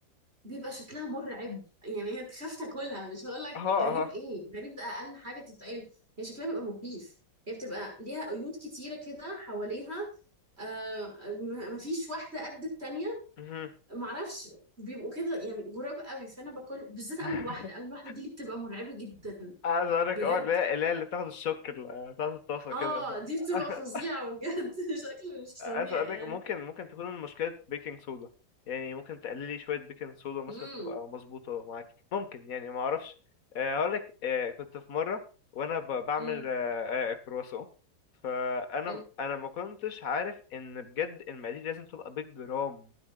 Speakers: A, on the right; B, on the left.
A: بيبقى شكلها مرعب يعني هي اكتشفت تاكلها مش هقول لك
B: ها
A: غريب
B: ها
A: ايه غريب ده اقل حاجه تتقال هي شكلها بيبقى مخيف هي بتبقى ليها قيود كتيره كده حواليها آه م- مفيش واحده قد التانيه
B: مهم.
A: معرفش بيبقوا كده يعني غراب قوي فانا باكل بالذات
B: <laughs>
A: اول واحده اول واحده دي اللي بتبقى مرعبه جدا
B: عايز اقول لك
A: بجد
B: اه لا لا اللي تاخد الشوك ال- بتاعت الطاسه
A: اه
B: كده
A: دي بتبقى
B: <laughs>
A: فظيعه بجد <laughs> شكل مش
B: عايز
A: طبيعي
B: اقولك
A: يعني
B: ممكن ممكن تكون المشكلة بيكنج صودا يعني ممكن تقللي شوية بيكنج صودا مثلا
A: امم
B: تبقى مظبوطة معاكي ممكن يعني ما اعرفش آه، هقولك آه، كنت في مرة وانا ب- بعمل
A: امم
B: آه، آه، كرواسون فانا
A: حلو
B: انا ما كنتش عارف ان بجد المقادير لازم تبقى بالجرام